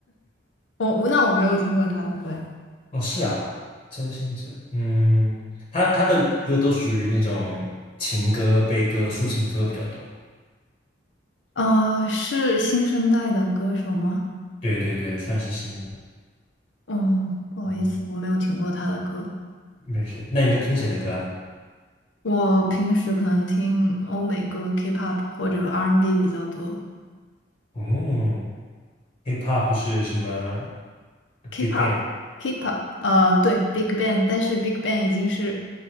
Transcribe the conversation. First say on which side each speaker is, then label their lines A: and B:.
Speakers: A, on the left (about 85°); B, on the left (about 30°).
A: 我那我没有听过他的歌诶
B: 哦，是啊，周兴哲，嗯，他他的歌都属于那种情歌、悲歌、抒情歌比较多。
A: 呃，是新生代的歌手吗？
B: 对对对，算是新的。
A: 嗯，不好意思，
B: 嗯，
A: 我没有听过他的歌。
B: 没事。那你都听谁的歌啊？
A: 我平时可能听欧美歌、K-pop 或者 R&B 比较多。
B: 哦，Hip-Hop 是什么
A: K-pop、
B: ？Big Bang，
A: K-pop，呃，对，Big Bang，但是 Big Bang 已经是